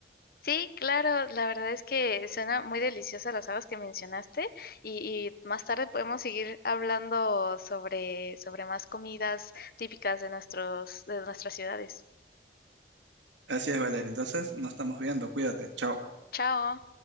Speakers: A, on the left; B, on the right.
A: Sí, claro, la verdad es que suena muy deliciosa las habas que mencionaste y, y más tarde podemos seguir hablando sobre, sobre más comidas típicas de nuestros, de nuestras ciudades.
B: Así es, Valeria. Entonces, nos estamos viendo. Cuídate. Chao.
A: Chao.